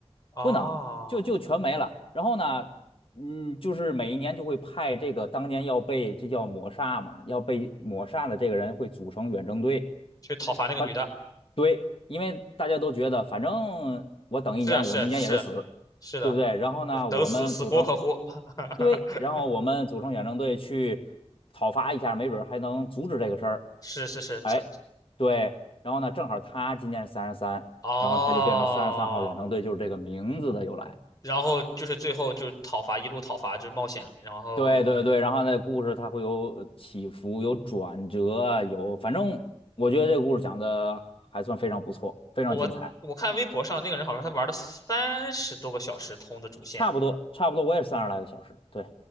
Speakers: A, on the left; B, on the left.
A: 啊？
B: 不能，就就全没了。然后呢，嗯，就是每一年就会派这个当年要被这叫抹杀嘛，要被抹杀的这个人会组成远征队。
A: 去讨伐那个女的，
B: 反对，因为大家都觉得，反正我等一年，
A: 是啊是啊是啊
B: 我明年也是死，
A: 是的。
B: 对不对？然后呢，
A: 对，等死死锅可乎，
B: 我们组成
A: <laughs>
B: 对，然后我们组成远征队去讨伐一下，没准儿还能阻止这个事儿。
A: 是是是，扯
B: 哎，对，然后呢，正好他今年是三十三，
A: 哦，
B: 然后他就变成三十三号远征队，就是这个名字的由来。
A: 然后就是最后就讨伐，一路讨伐就是冒险，然后
B: 对对对，然后那故事它会有起伏，有转折，有，反正我觉得这个故事讲的还算非常不错，非常精彩。
A: 哦我我看微博上那个人好像他玩了三十多个小时通的主线，
B: 差不多，差不多，我也是三十来个小时，对，